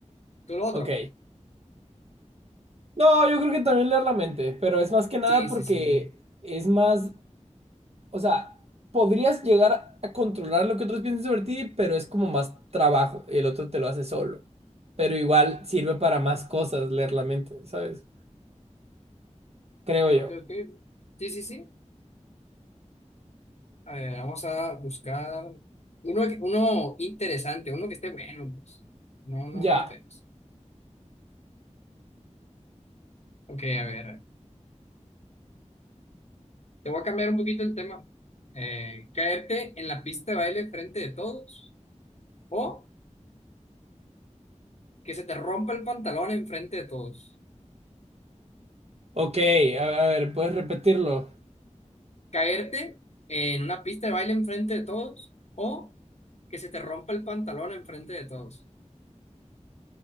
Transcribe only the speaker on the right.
ok. No, yo creo que también leer la mente, pero es más que nada
porque
es más O sea, podrías llegar a controlar lo que otros piensan sobre ti, pero es como más trabajo y el otro te lo hace solo. Pero igual sirve para más cosas leer la mente, ¿sabes? Creo
yo.
Ya.
Ok, a, a ver, puedes repetirlo.